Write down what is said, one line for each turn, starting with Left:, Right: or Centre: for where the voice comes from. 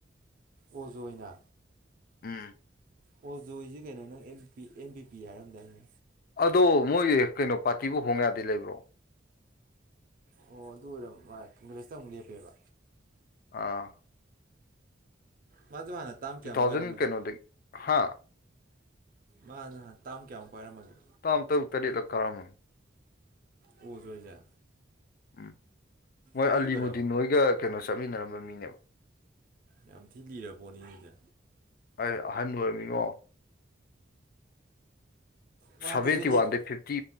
Right: ꯑꯣꯖꯣꯏꯅ
Left: ꯎꯝ
Right: ꯑꯣ ꯖꯣꯏꯁꯦ ꯀꯩꯅꯣ ꯅꯪ ꯑꯦꯝꯄꯤ ꯑꯦꯝ ꯄꯤꯄꯤ ꯍꯥꯏꯔꯝꯗꯥꯏꯅꯦ
Left: ꯑꯗꯣ ꯃꯣꯏ ꯀꯩꯅꯣ ꯄꯥꯔꯇꯤꯕꯨ ꯍꯣꯡ ꯌꯥꯗꯦ ꯂꯩꯕ꯭ꯔꯣ
Right: ꯑꯣ ꯑꯗꯨ ꯑꯣꯏꯔꯝ ꯃꯥ ꯀꯪꯒ꯭ꯔꯦꯁꯇ ꯑꯃꯨꯛ ꯂꯦꯞꯄꯦꯕ
Left: ꯑꯥ
Right: ꯃꯥꯖꯨ ꯍꯥꯟꯅ ꯇꯥꯝ ꯀꯥꯌꯥ
Left: ꯇꯨ ꯊꯥꯎꯖꯟ
Right: ꯃꯨꯛ ꯄꯥꯏꯔꯝꯃꯒꯦ꯫
Left: ꯀꯩꯅꯣꯗꯒꯤ ꯍꯥ
Right: ꯃꯥꯖꯨ ꯍꯥꯟ ꯇꯥꯝ ꯀꯌꯥꯃꯨꯛ ꯄꯥꯏꯔꯝꯃꯒꯦ꯫
Left: ꯇꯝ ꯇꯥꯔꯨꯛ ꯇꯔꯦꯠꯔꯛ ꯀꯔꯝꯃꯅꯦ꯫
Right: ꯑꯣꯖꯣꯏꯖꯦ
Left: ꯎꯝ ꯃꯣꯏ
Right: ꯑꯔꯤꯕꯔꯕ
Left: ꯑꯂꯤꯃꯨꯗꯤꯟ ꯍꯣꯏꯒ ꯀꯩꯅꯣ ꯆꯠꯃꯤꯟꯅꯔꯝꯕ ꯃꯤꯅꯦꯕ
Right: ꯌꯥꯝ ꯊꯤ ꯂꯤꯔꯕ ꯄꯣꯠꯅꯤ ꯑꯗꯨꯗꯤ
Left: ꯑꯩ ꯑꯍꯟ ꯑꯣꯏꯔꯝꯃꯤꯉꯣ
Right: ꯃꯥ
Left: ꯁꯚꯦꯟꯇꯤ
Right: ꯍꯟꯗꯛꯁꯨ ꯂꯦꯞ
Left: ꯋꯥꯟꯗ ꯐꯤꯐꯇꯤ